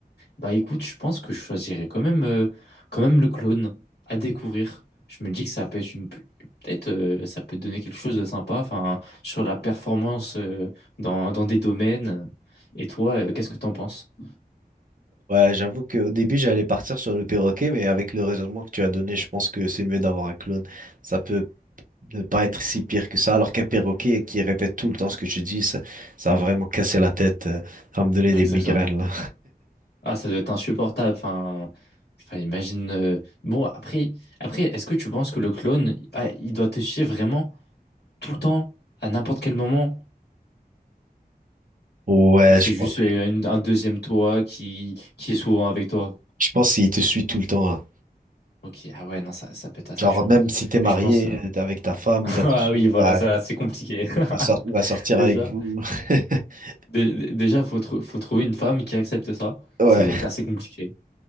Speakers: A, on the left; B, on the right.
A: Bah écoute, je pense que je choisirais quand même, euh, quand même le clone à découvrir. Je me dis que ça peut être une, peut-être, euh, ça peut donner quelque chose de sympa, enfin, sur la performance, euh, dans, dans des domaines. Et toi, euh, qu'est-ce que t'en penses?
B: Ouais, j'avoue qu'au début, j'allais partir sur le perroquet, mais avec le raisonnement que tu as donné, je pense que c'est mieux d'avoir un clone Ça peut ne pas être si pire que ça, alors qu'un perroquet qui répète tout le temps ce que tu dis, ça, ça va vraiment casser la tête. euh, Ça va me donner
A: Ouais,
B: des
A: Exactement.
B: migraines, là.
A: Ah, ça doit être insupportable. Enfin, enfin, imagine. euh, Bon, après, après, est-ce que tu penses que le clone, ah, il doit te suivre vraiment tout le temps, à n'importe quel moment?
B: Ouais,
A: Ou c'est
B: je pense,
A: juste euh, une- un deuxième toi qui, qui est souvent avec toi?
B: je pense qu'il te suit tout le temps, là.
A: Ok, ah ouais, non, ça, ça peut être assez
B: Genre,
A: chiant.
B: même si t'es marié
A: Mais je pense. euh,
B: euh,
A: <laughs>
B: avec ta femme, il va
A: Ah
B: te suivre,
A: oui, voilà,
B: ouais,
A: ça,
B: il
A: c'est compliqué.
B: va,
A: <laughs>
B: sor- il va sortir
A: Déjà,
B: avec vous. <laughs>
A: dé- déjà, faut, trou- faut trouver une femme qui accepte ça.
B: Ouais,
A: Ça doit être assez compliqué.